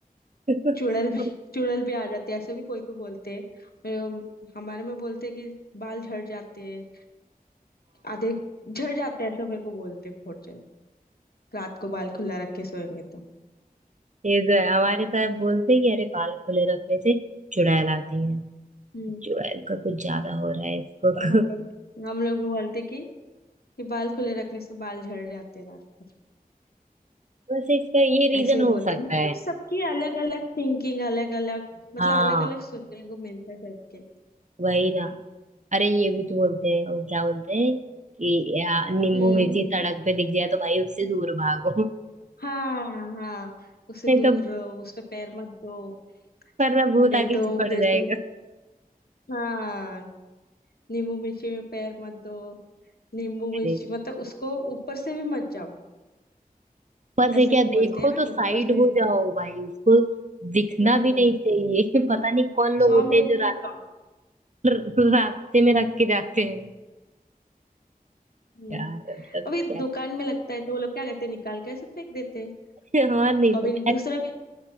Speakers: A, on the right (about 50°); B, on the left (about 85°).
A: हाँ
B: चुड़ैल भी चुड़ैल भी आ जाते हैं ऐसे भी कोई को बोलते हैं अम, हमारे में बोलते हैं कि बाल झड़ जाते हैं आधे झड़ जाते हैं ऐसा मेरे को बोलते हैं फोड़ जाए रात को बाल खुला रख के सोएंगे तो
A: ये जो है हमारे साहब बोलते हैं कि अरे बाल खुले रखने से चुड़ैल आती है
B: हम्म
A: चुड़ैल का कुछ ज्यादा हो रहा है इसको
B: और हम लोग हम लोग भी बोलते हैं कि कि बाल खुले रखने से बाल झड़ जाते हैं रात
A: वैसे इसका ये रीजन
B: ऐसे भी
A: हो
B: बोलते
A: सकता
B: हैं मतलब
A: है
B: सबकी अलग अलग थिंकिंग अलग अलग मतलब
A: हाँ
B: अलग अलग सुनने को मिलता है सबके
A: वही ना अरे ये भी तो बोलते हैं वो क्या बोलते हैं कि या, नींबू
B: हम्म
A: मिर्ची सड़क पे दिख जाए तो भाई उससे दूर भागो
B: हाँ हाँ उससे
A: नहीं
B: दूर
A: तो
B: रहो उस पे पैर मत दो
A: वरना भूत
B: नहीं
A: आके
B: तो
A: चिपट
B: उधर से
A: जाएगा
B: हाँ नींबू मिर्ची में पैर मत दो नींबू
A: अरे
B: मिर्ची मतलब उसको ऊपर से भी मत जाओ
A: ऊपर
B: ऐसे
A: से क्या
B: भी बोलते
A: देखो
B: हैं
A: तो
B: ना
A: साइड
B: ऊपर से
A: हो जाओ भाई उसको दिखना
B: हम्म
A: भी नहीं चाहिए <laughs> पता नहीं कौन लोग
B: सौ
A: होते
B: मील
A: हैं जो
B: दूर
A: रा,
B: जाओ
A: र- रास्ते में रख के जाते हैं
B: हम्म
A: यार मतलब
B: अभी
A: क्या
B: दुकान में लगता है तो वो लोग क्या करते हैं निकाल के ऐसे फेंक देते हैं
A: है <laughs> हाँ नहीं
B: अभी
A: तो
B: दूसरा भी